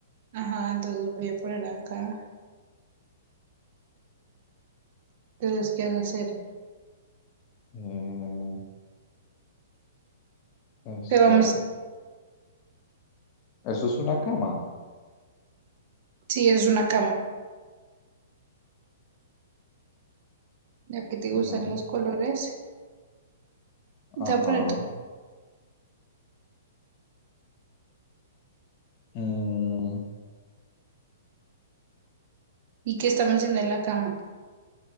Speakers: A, on the right (about 45°); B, on the left (about 35°).
A: Ajá, entonces voy a poner acá. Entonces, ¿qué vas a hacer?
B: Eh, esto,
A: Te vamos,
B: ¿eso es una cama?
A: sí, es una cama. Ya que te
B: No.
A: gustan los colores,
B: Ajá.
A: te voy a poner tu.
B: Mm,
A: ¿Y qué estamos haciendo en la cama?